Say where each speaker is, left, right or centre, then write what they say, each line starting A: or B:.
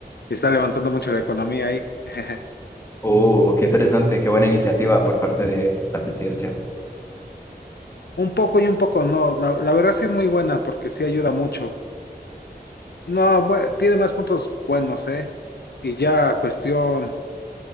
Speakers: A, on the left (about 70°); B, on the left (about 15°).
A: y está levantando mucho la economía ahí. <laughs>
B: Uh, qué interesante, qué buena iniciativa por parte de la presidencia.
A: Un poco y un poco, no. La, la verdad sí es muy buena porque sí ayuda mucho. No, bue- tiene más puntos buenos, ¿eh? Y ya cuestión,